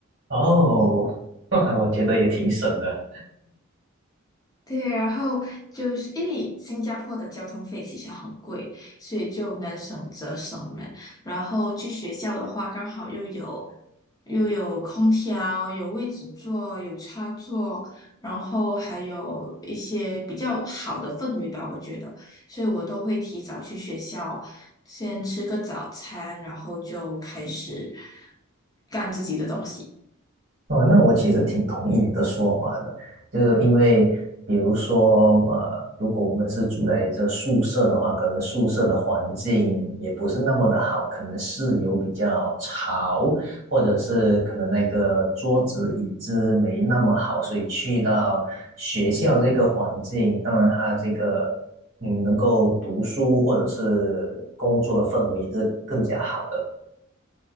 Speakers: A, on the right (about 55°); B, on the left (about 20°).
A: 哦，<laughs> 我觉得也挺省的。
B: 对，然后就是因为新加坡的交通费其实很贵，所以就能省则省嘛。然后去学校的话，刚好又有又有空调，有位置坐，有插座，然后还有一些比较好的氛围吧，我觉得。所以我都会提早去学校，先吃个早餐，然后就开始干自己的东西。
A: 哦，那我其实挺同意你的说法的，就是因为比如说，呃，如果我们是住在这宿舍的话，可能宿舍的环境也不是那么的好，可能室友比较吵，或者是可能那个桌子椅子没那么好，所以去到学校这个环境，当然它这个嗯能够读书或者是工作的氛围也是更加好的。